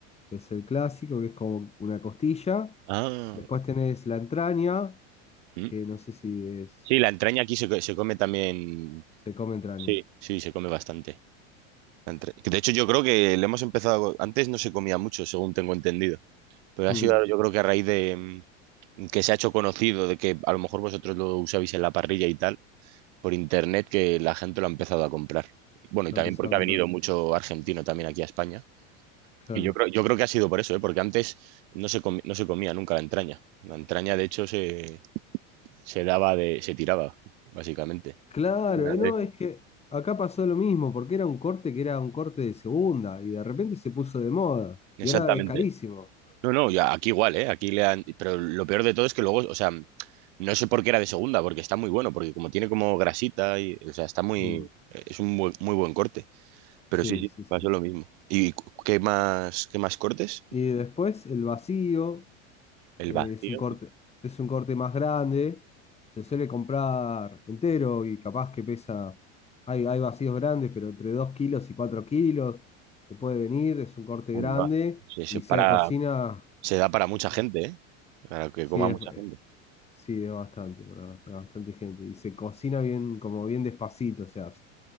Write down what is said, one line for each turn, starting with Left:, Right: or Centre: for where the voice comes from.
Left: que es el clásico, que es como una costilla.
Right: Ah,
Left: Después tenés la entraña,
Right: mm.
Left: que no sé si es.
Right: Sí, la entraña aquí se, co- se come también.
Left: Se come entraña.
Right: Sí, sí, se come bastante. La entra- De hecho, yo creo que le hemos empezado. Antes no se comía mucho, según tengo entendido. Pero ha
Left: Mm,
Right: sido, yo creo que a raíz de mm, que se ha hecho conocido, de que a lo mejor vosotros lo usabais en la parrilla y tal, por internet, que la gente lo ha empezado a comprar. Bueno, y
Left: lo
Right: también
Left: empezaba
Right: porque
Left: a
Right: ha
Left: comprar.
Right: venido mucho argentino también aquí a España
Left: Claro.
Right: Y yo creo, yo creo que ha sido por eso, ¿eh? Porque antes no se comi- no se comía nunca la entraña. La entraña, de hecho, se, se daba de, se tiraba, básicamente.
Left: Claro,
Right: Fíjate.
Left: eh, no, es que acá pasó lo mismo, porque era un corte que era un corte de segunda y de repente se puso de moda
Right: Exactamente.
Left: y ahora es carísimo.
Right: No, no, ya aquí igual, ¿eh? Aquí le han, pero lo peor de todo es que luego, o sea, no sé por qué era de segunda, porque está muy bueno, porque como tiene como grasita y, o sea, está muy,
Left: Mm,
Right: es un buen- muy buen corte. Pero
Left: sí,
Right: sí, sí,
Left: sí, sí.
Right: pasó lo mismo. ¿Y cu- qué más, qué más cortes?
Left: Y después el vacío
Right: El
Left: eh,
Right: vacío.
Left: es un corte, es un corte más grande, se suele comprar entero y capaz que pesa, hay, hay vacíos grandes, pero entre 2 kilos y 4 kilos te puede venir, es un corte
Right: Onda.
Left: grande
Right: Se,
Left: y
Right: se
Left: se
Right: para,
Left: cocina.
Right: se da para mucha
Left: Sí.
Right: gente, ¿eh? Para que
Left: Sí,
Right: coma
Left: es,
Right: mucha
Left: eh,
Right: gente.
Left: sí, es bastante para, para bastante gente. Y se cocina bien, como bien despacito, o sea,